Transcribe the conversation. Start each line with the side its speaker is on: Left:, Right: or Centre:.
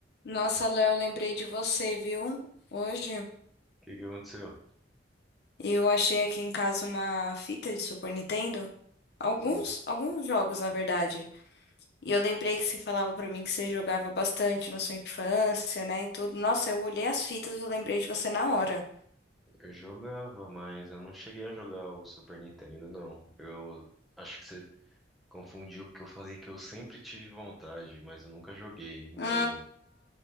Left: Nossa, Léo, lembrei de você, viu? Hoje
Centre: que que aconteceu?
Left: eu achei aqui em casa uma fita de Super Nintendo. Alguns,
Centre: Hum,
Left: alguns jogos, na verdade. E eu lembrei que você falava pra mim que você jogava bastante na sua infância, né? E tudo. Nossa, eu olhei as fitas e eu lembrei de você na hora.
Centre: Eu jogava, mas eu não cheguei a jogar o Super Nintendo, não. Eu acho que você confundiu porque eu falei que eu sempre tive vontade, mas eu nunca joguei. Meu,
Left: Hum,